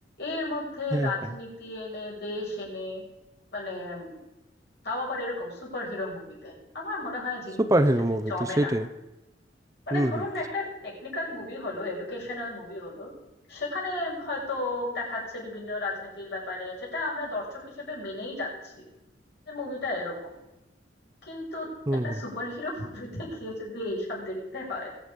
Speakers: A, on the left; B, on the right.
A: এর মধ্যে
B: হ্যাঁ
A: রাজনীতি
B: হ্যাঁ
A: এনে দেশ এনে মানে উম, তাও আবার এরকম সুপার হিরো মুভিতে আমার মনে হয় জিন-
B: সুপার
A: জিনিসটা
B: হিরো
A: ঠিক
B: মুভি
A: জমে
B: তো সেটাই
A: না মানে
B: হুম
A: ধরুন
B: হুম
A: না একটা টেকনিক্যাল মুভি হলো এডুকেশনাল মুভি হলো সেখানে হয়তো দেখাচ্ছে বিভিন্ন রাজনীতির ব্যাপারে সেটা আমরা দর্শক হিসেবে মেনেই যাচ্ছি যে মুভিটা এরকম কিন্তু
B: হুম
A: একটা
B: হুম।
A: সুপারহিরো মুভিতে <laughs> গিয়ে যদি এইসব দেখতে হয়